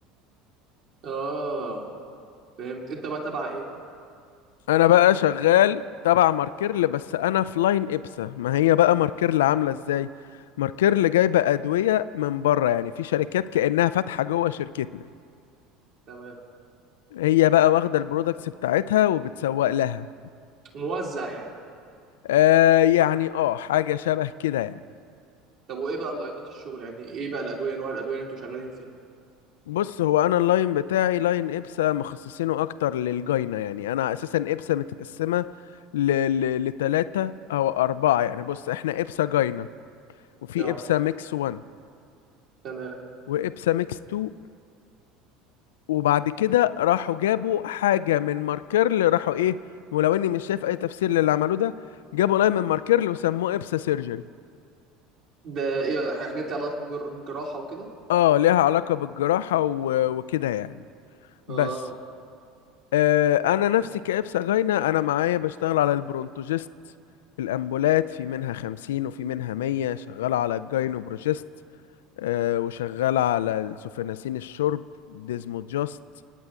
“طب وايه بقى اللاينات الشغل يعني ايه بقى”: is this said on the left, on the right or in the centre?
Right